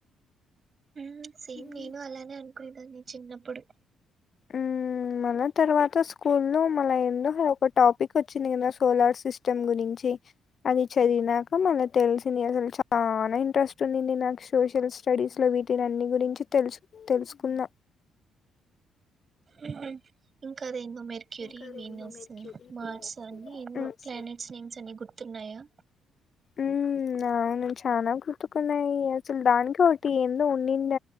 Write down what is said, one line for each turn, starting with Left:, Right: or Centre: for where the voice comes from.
Right: మ్ సేమ్
Left: మ్మ్
Right: నేను అలానే అనుకునేదాన్ని చిన్నప్పుడు
Left: మ్ మల్ల తర్వాత స్కూల్లో మల్ల ఎందుకో ఒక టాపిక్ వచ్చింది కదా సోలార్ సిస్టమ్ గురించి అది చదివినాక మళ్ళీ తెలిసింది అసలు చాలా ఇంట్రెస్ట్ ఉండింది నాకు సోషల్ స్టడీస్ లో వీటి అన్ని గురించి తెలుసు తెలుసుకున్న
Right: ఉ హు ఇంకా అది ఎన్నో మెర్క్యూరీ
Left: ఇంకాదేందో
Right: వీనస్
Left: మెర్క్యూరీ
Right: మార్స్
Left: వీనస్
Right: అన్ని ఎన్నో
Left: మార్స్
Right: ప్లానెట్స్ నేమ్స్ అన్ని గు ర్తున్నాయా
Left: ఉ నా అవును చానా గుర్తుకున్నాయి అసలు దానికి ఒకటి ఎందొ ఉండింద